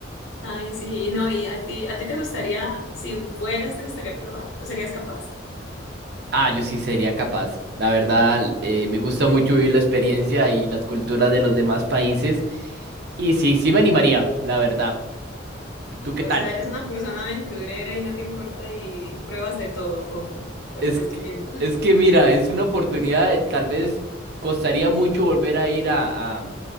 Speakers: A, on the left; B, on the right.
A: Ay, sí, no, y a ti, a ti te gustaría, si fueras, te gustaría probar, ¿o serías capaz?
B: Ah, yo sí sería capaz. La verdad, eh, me gusta mucho vivir la experiencia y las culturas de los demás países. Y sí, sí me animaría, la verdad. ¿Tú, tú qué
A: O
B: tal?
A: sea, eres una persona aventurera y no te importa y pruebas de todo, como, por
B: Es
A: lo que
B: que,
A: estoy viendo.
B: es que mira, es una oportunidad, tal vez costaría mucho volver a ir a, a,